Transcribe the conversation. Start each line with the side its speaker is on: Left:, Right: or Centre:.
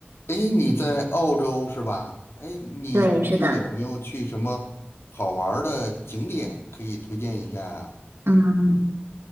Left: 诶，你在澳洲是吧？诶，你最近有没有去什么好玩儿的景点可以推荐一下呀？
Right: 对，是的，嗯，